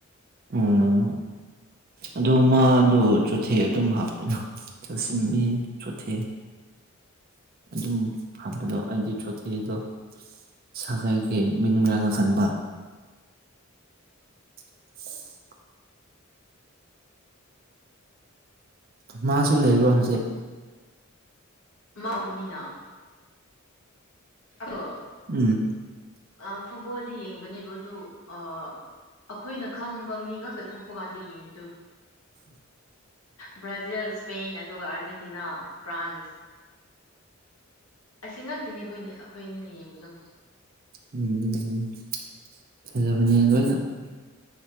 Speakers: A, on the right; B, on the left.
A: ꯑꯣ ꯑꯗꯨ ꯃꯥꯗꯣ ꯆꯣꯠꯊꯦ ꯑꯗꯨꯝ ꯍꯥꯞꯄꯤꯅꯣ <unintelligible> ꯆꯣꯊꯦ ꯑꯗꯨꯝ ꯍꯥꯞꯄꯗꯣ ꯑꯩꯗꯤ ꯆꯣꯊꯦꯗꯣ ꯁꯥꯒꯩꯒꯤ ꯃꯤꯡꯔꯅ ꯈꯟꯕ <unintelligible> ꯃꯥꯁꯨ ꯂꯩꯕ꯭ꯔꯣ ꯍꯧꯖꯤꯛ
B: ꯃꯥ ꯎꯒꯅꯤꯅ ꯑꯗꯣ
A: ꯎꯝ
B: ꯑ ꯐꯨꯠꯕꯣꯜꯗꯤ ꯌꯦꯡꯕꯅꯦꯕ ꯑꯗꯨ ꯑ ꯑꯩꯈꯣꯏꯅ ꯈꯪꯕ ꯃꯤ ꯉꯛꯇ ꯊꯣꯛꯄ ꯀꯥꯟꯗ ꯌꯦꯡꯕꯗꯨ ꯕ꯭ꯔꯥꯖꯤꯜ ꯏꯁꯄꯦꯟ ꯑꯗꯨꯒ ꯑꯥꯔꯖꯦꯟꯇꯤꯅꯥ ꯐ꯭ꯔꯥꯟꯁ ꯑꯁꯤ ꯅꯛꯇꯅꯦ ꯑꯩꯈꯣꯏꯅꯦ ꯑꯩꯈꯣꯏ ꯑꯅꯤꯅ ꯌꯦꯡꯕꯗꯣ
A: ꯎꯝ ꯎ ꯐꯖꯕꯅꯦ ꯂꯣꯏꯅ